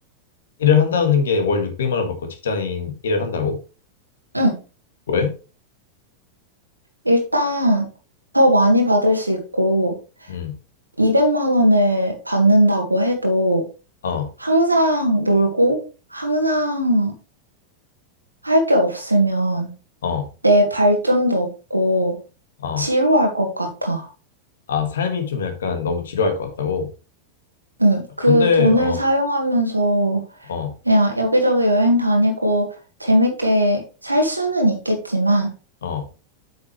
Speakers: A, on the left; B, on the right.
A: 일을 한다는 게 월 600만 원 받고 직장인 일을 한다고?
B: 응.
A: 왜?
B: 일단 더 많이 받을 수 있고
A: 응.
B: 200만 원을 받는다고 해도
A: 어.
B: 항상 놀고 항상 할 게 없으면
A: 어.
B: 내 발전도 없고
A: 어,
B: 지루할 것 같아.
A: 아, 삶이 좀 약간 너무 지루할 것 같다고?
B: 응, 그
A: 근데,
B: 돈을
A: 어,
B: 사용하면서
A: 어,
B: 그냥 여기저기 여행 다니고 재밌게 살 수는 있겠지만
A: 어.